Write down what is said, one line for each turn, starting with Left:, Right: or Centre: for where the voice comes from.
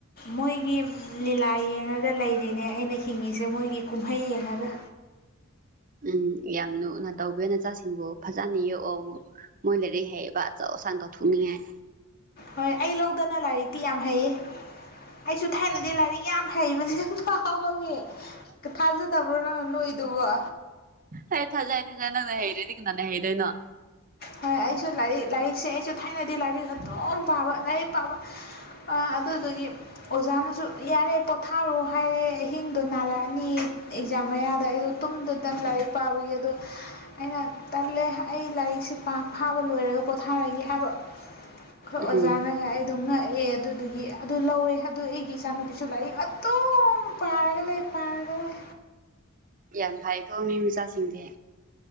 Left: ꯃꯣꯏꯒꯤ ꯂꯤꯂꯥ ꯌꯦꯡꯉꯒ ꯂꯩꯔꯤꯅꯦ ꯑꯩꯅ ꯍꯤꯡꯉꯤꯁꯦ ꯃꯣꯏꯒꯤ ꯀꯨꯝꯍꯩ ꯌꯦꯡꯉꯒ
Right: ꯎꯝ ꯌꯥꯝ ꯂꯨꯅ ꯇꯧꯒꯦ ꯅꯆꯥꯁꯤꯡꯕꯨ ꯐꯖꯅ ꯌꫭꯛꯑꯣ ꯃꯣꯏ ꯂꯥꯏꯔꯤꯛ ꯍꯩꯕ ꯑꯆꯧ ꯑꯁꯥꯡ ꯇꯧꯊꫭꯛꯅꯤꯡꯉꯥꯢ
Left: ꯍꯣꯏ ꯑꯩ ꯂꯧꯗꯅ ꯂꯥꯏꯔꯤꯛꯇꯤ ꯌꯥꯝ ꯍꯩꯌꯦ ꯑꯩꯁꯨ ꯊꯥꯏꯅꯗꯤ ꯂꯥꯏꯔꯤꯛ ꯌꯥꯝ ꯍꯩꯕꯅꯦ <unintelligible> ꯊꯥꯖꯗꯕ꯭ꯔꯣ ꯅꯪꯅ ꯅꯣꯛ ꯢꯗꯨꯕꯣ
Right: ꯑꯩ ꯊꯥꯖꯩ <unintelligible> ꯅꯪꯅ ꯍꯩꯔꯗꯤ ꯀꯅꯥꯅ ꯍꯩꯗꯣꯏꯅꯣ
Left: ꯍꯣꯏ ꯑꯩꯁꯨ ꯂꯥꯏꯔꯤꯛ ꯂꯥꯏꯔꯤꯛꯁꯦ ꯑꯩꯁꯨ ꯊꯥꯏꯅꯗꯤ ꯂꯥꯏꯔꯤꯛ ꯑꯗꯨꯝ ꯄꯥꯕ ꯂꯥꯏꯔꯤꯛ ꯄꯥꯕ ꯑ ꯑꯗꯨꯗꯨꯒꯤ ꯑꯣꯖꯥꯅꯁꯨ ꯌꯥꯔꯦ ꯄꯣꯊꯥꯔꯣ ꯍꯥꯏꯔꯦ ꯑꯍꯤꯡꯗꯣ ꯅꯥꯔꯛꯑꯅꯤ ꯑꯦꯛꯖꯥꯝ ꯃꯌꯥꯗ ꯑꯩꯗꯣ ꯇꯨꯝꯗꯗꯅ ꯂꯥꯏꯔꯤꯛ ꯄꯥꯕꯒꯤ ꯑꯗꯣ ꯑꯩꯅ ꯇꯜꯂꯦ ꯑꯩ ꯂꯥꯏꯔꯤꯛꯁꯤ ꯄꯥ ꯐꯥꯕ ꯂꯣꯏꯔꯒ ꯄꯣꯊꯥꯔꯒꯦ ꯍꯥꯏꯕ ꯑꯈꯣꯏ ꯑꯣꯖꯥꯅꯒ
Right: ꯎꯝ
Left: ꯑꯩꯗꯣ ꯉꯛ ꯑꯦ ꯑꯗꯨꯗꯨꯒꯤ ꯑꯗꯨ ꯂꯧꯋꯦ ꯑꯗꯣ ꯑꯩꯒꯤ ꯏꯆꯥꯅꯨꯄꯤꯁꯨ ꯂꯥꯏꯔꯤꯛ ꯑꯗꯨꯝ ꯄꯥꯔꯒ ꯂꯩ ꯄꯥꯔꯒ ꯂꯩ
Right: ꯌꯥꯝ ꯐꯩꯀꯣ ꯃꯤ ꯃꯆꯥꯥꯁꯤꯡꯗꯤ